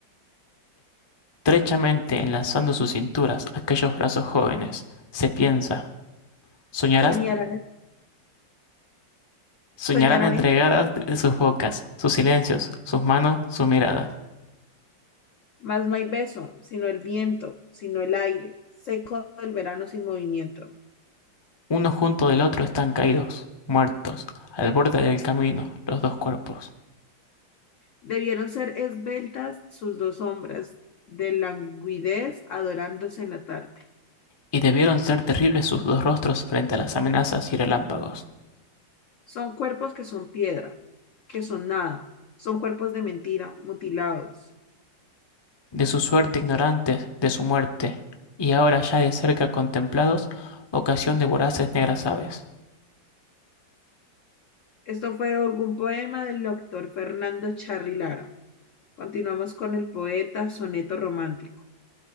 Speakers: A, on the left; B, on the left.
A: Estrechamente enlazando sus cinturas, aquellos brazos jóvenes, se piensa, soñarás,
B: Soñarán,
A: soñarán
B: soñarán
A: entregadas
B: entre,
A: de sus bocas, sus silencios, sus manos, sus miradas.
B: mas no hay beso, sino el viento, sino el aire, seco del verano sin movimiento.
A: Uno junto del otro están caídos, muertos, al borde del camino, los dos cuerpos.
B: Debieron ser esbeltas sus dos sombras, de languidez adorándose en la tarde.
A: Y debieron ser terribles sus dos rostros frente a las amenazas y relámpagos.
B: Son cuerpos que son piedra, que son nada, son cuerpos de mentira, mutilados.
A: de su suerte ignorantes, de su muerte, y ahora ya de cerca contemplados, ocasión de voraces negras aves.
B: Esto fue algún poema del doctor Fernando Charri Lara. Continuamos con el poeta Soneto Romántico.